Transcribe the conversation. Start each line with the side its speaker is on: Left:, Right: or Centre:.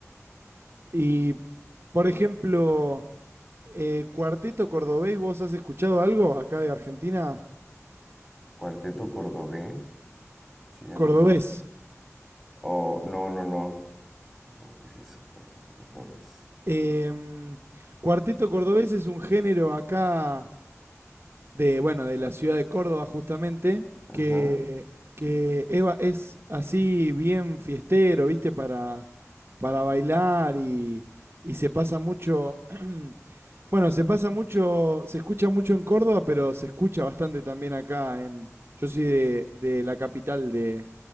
Right: Y, por ejemplo, eh, Cuarteto Cordobés, ¿vos has escuchado algo acá de Argentina?
Centre: Cuarteto Cordobés, se llama,
Right: Cordobés.
Centre: ajá. O, no, no, no. No, ¿qué es eso? Cuarteto Cordobés.
Right: Em, Cuarteto Cordobés es un género acá de, bueno, de la ciudad de Córdoba justamente,
Centre: Ajá.
Right: que, que Eva es así bien fiestero, ¿viste? Para, para bailar y, y se pasa mucho, <clears throat> bueno, se pasa mucho, se escucha mucho en Córdoba, pero se escucha bastante también acá en, yo soy de, de la capital de,